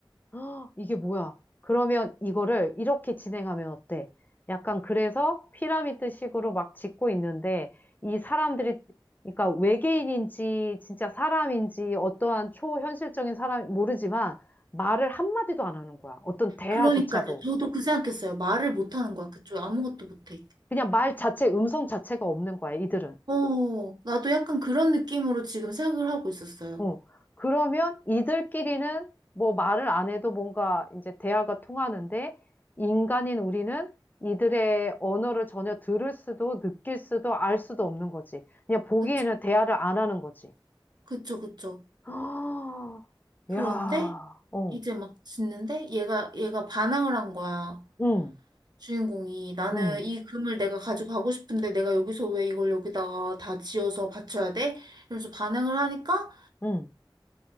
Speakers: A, on the left; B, on the right.
A: 아, 이게 뭐야? 그러면 이거를 이렇게 진행하면 어때? 약간 그래서 피라미드식으로 막 짓고 있는데, 이 사람들이, 그러니까 외계인인지, 진짜 사람인지, 어떠한 초현실적인 사람, 모르지만, 말을 한마디도 안 하는 거야. 어떤 대화조차도.
B: 그러니까요. 저도 그 생각했어요. 말을 못하는 거야. 그쪽 아무것도 못해.
A: 그냥 말 자체, 음성 자체가 없는 거야, 이들은.
B: 어, 나도 약간 그런 느낌으로 지금 생각을 하고 있었어요.
A: 어, 그러면 이들끼리는 뭐 말을 안 해도 뭔가 이제 대화가 통하는데 인간인 우리는 이들의 언어를 전혀 들을 수도 느낄 수도 알 수도 없는 거지. 그냥 보기에는
B: 그쵸,
A: 대화를 안 하는 거지. <gasps>
B: 그쵸, 그쵸.
A: 아,
B: 그런데
A: 야, 어,
B: 이제 막 짓는데 얘가, 얘가 반항을 한 거야.
A: 응,
B: 주인공이. 나는
A: 응,
B: 이 금을 내가 가지고 가고 싶은데 내가 여기서 왜 이걸 여기다가 다 지어서 바쳐야 돼? 이러면서 반항을 하니까,
A: 응,